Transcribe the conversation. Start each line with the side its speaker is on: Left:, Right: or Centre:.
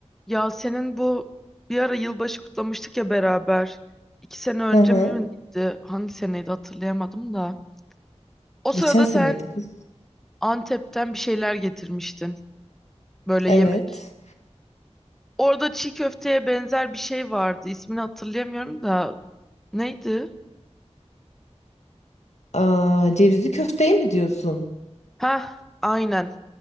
Centre: Ya senin bu bir ara yılbaşı kutlamıştık ya beraber. İki sene önce
Left: Hı hı.
Centre: mi miydi? Hangi seneydi hatırlayamadım da. O sırada
Left: Geçen seneydi
Centre: sen
Left: kız.
Centre: Antep'ten bir şeyler getirmiştin. Böyle
Left: Evet.
Centre: yemek. Orada çiğ köfteye benzer bir şey vardı. İsmini hatırlayamıyorum da. Neydi?
Left: Aa, cevizli köfteye mi diyorsun?
Centre: Heh, aynen.